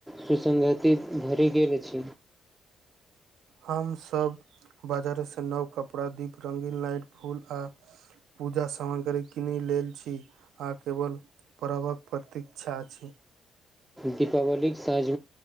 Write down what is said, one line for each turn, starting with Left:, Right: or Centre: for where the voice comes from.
Centre: सुसगति भरि गेल अछ
Right: हमसभ बाजारेसँ नव कपड़ा दीप रंगीन लाइट फूल पूजा सामग्री किनि लेल छी आ केव पबक प्रतीक्षा अछ
Centre: दीपावलीके साँझ